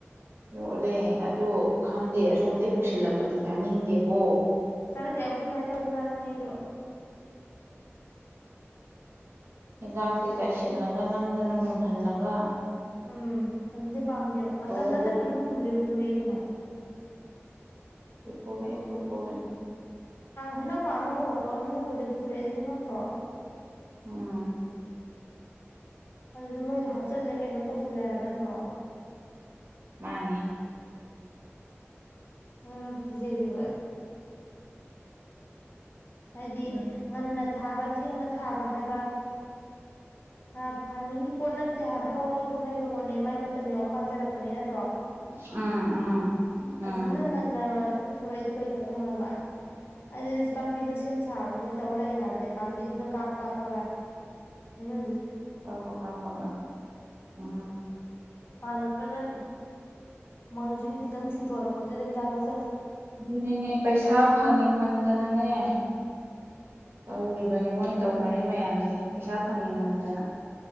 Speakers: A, on the right (about 60°); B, on the left (about 55°).
A: ꯌꯣꯠꯂꯦ ꯑꯗꯣ ꯈꯪꯗꯦ ꯁꯁꯣꯝꯗꯩ ꯄꯨꯁꯤꯜꯂꯛꯄꯗꯤ ꯆꯥꯅꯤꯡꯗꯦꯀꯣ
B: ꯆꯠꯅꯗꯦ ꯑꯩꯈꯣꯏ ꯁꯨꯃꯥꯏꯅ ꯇꯧꯕ ꯆꯥꯠꯅꯤꯡꯉꯦ ꯑꯩꯁꯨ
A: ꯅꯤ ꯂꯥꯛ ꯁꯦ ꯆꯥꯏꯁꯤꯜꯂꯒ
B: ꯑꯩꯈꯣꯏ
A: ꯅꯝꯗꯅ ꯃꯨꯟ ꯊꯂꯒ
B: ꯎꯝ ꯑꯗꯨꯗꯤ ꯄꯥꯝꯗꯦꯕ ꯃꯇꯝ
A: ꯇꯧꯔ
B: ꯅꯠꯇꯅ ꯑꯩꯅ ꯃꯨꯜꯜꯂꯤꯕꯨꯊꯣꯔꯛ ꯀꯩꯅꯣ
A: ꯄꯨꯣꯅꯦ ꯄꯨꯊꯣꯅꯦꯦ
B: ꯍꯩꯅꯧ ꯄꯥꯟꯕ ꯍꯧꯔꯛꯄꯒ ꯍꯩꯅꯧ ꯃꯨꯜꯗꯤ ꯄꯨꯊꯣꯔꯛꯑꯦ ꯑꯗꯨꯗꯤ ꯉꯝꯛꯇ꯭ꯔꯣ
A: ꯎꯝ
B: ꯑꯗꯨꯗꯤ ꯃꯣꯏꯁꯨꯣ ꯍꯥꯞꯆꯜꯂꯦ ꯀꯩꯅꯣꯝ ꯇꯧꯁꯦ ꯁꯜꯂꯦ ꯍꯥꯏꯕ꯭ꯔꯥ ꯅꯠꯇ꯭ꯔꯣ
A: ꯃꯥꯅꯤ
B: ꯂꯀꯤ ꯆꯌꯦ ꯍꯥꯏꯗꯤ
A: ꯑꯗꯨꯅꯤ
B: ꯉꯟꯅ ꯊꯥꯕ ꯊꯦꯡꯅ ꯊꯥꯕ ꯍꯥꯏꯕ ꯍꯥ ꯐꯥꯔꯃꯤꯡꯒꯤ ꯄꯣꯠ ꯅꯠꯇꯦ ꯍꯥꯏꯕ ꯍꯧꯔꯒ ꯑꯗꯨꯝ ꯂꯩꯕ ꯄꯣꯠꯅꯦ ꯃꯥꯏ ꯃꯇꯝ ꯌꯎ ꯄꯥꯡꯖꯔꯛꯄꯅꯦ ꯅꯠꯇ꯭ꯔꯣ
A: ꯎꯝ ꯎꯝ ꯎꯝ
B: ꯑꯗꯨ ꯑꯗꯨꯁꯨ ꯉꯟꯅꯋꯥꯠ ꯄꯨꯊꯣꯔꯛꯏꯗꯣ ꯀꯩ ꯀꯣꯛꯅꯣ ꯍꯥꯏꯕ ꯑꯩ ꯑꯗꯨꯗꯤ ꯄꯥꯝꯕꯤꯗꯣ ꯁꯦꯝ ꯁꯥꯕꯗꯣ ꯃꯣꯏ ꯇꯧꯔ ꯂꯩ ꯍꯥꯏꯕꯅꯦ ꯄꯥꯝꯕꯤꯗꯨꯗ ꯀꯥꯞꯄ ꯀꯥꯞꯄꯒ ꯍꯥꯏꯩꯅ
A: ꯁꯥꯄ ꯁꯥꯥꯄꯒ ꯎꯝ
B: ꯄꯥꯂꯛꯄꯗ ꯃꯔꯖꯤꯟꯈꯤ ꯈꯤꯇꯪ ꯊꯤꯟꯊꯣꯔꯛꯄꯖꯤꯗ ꯍꯤꯗꯥꯛ ꯀꯥꯞ
A: ꯑꯗꯨꯅꯦꯅꯦ ꯄꯩꯁꯥ ꯐꯪꯅꯤꯡꯃꯟꯗꯅꯅꯦ ꯇꯧꯔꯤꯕꯅꯤ ꯃꯣꯏ ꯇꯧꯅꯔꯤ ꯃꯌꯥꯝꯁꯦ ꯄꯩꯁꯥ ꯐꯪꯅꯤꯡꯃꯟꯗꯅ